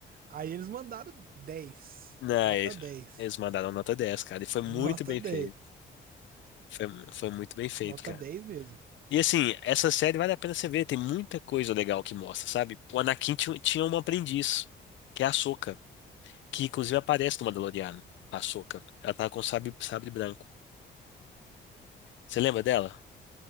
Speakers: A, on the right (about 50°); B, on the left (about 70°).
A: Aí eles mandaram 10.
B: Não,
A: Nota
B: eles
A: 10.
B: eles mandaram nota dez cara. E foi muito
A: Nota
B: bem
A: 10.
B: feito. Foi, foi muito bem feito,
A: Nota
B: cara.
A: dez mesmo.
B: E assim, essa série vale a pena você ver, tem muita coisa legal que mostra, sabe? O Anakin ti- tinha uma aprendiz, que é a Ahsoka, que inclusive aparece no Mandaloriano, a Ahsoka. Ela tá com sabre, sabre branco. Você lembra dela?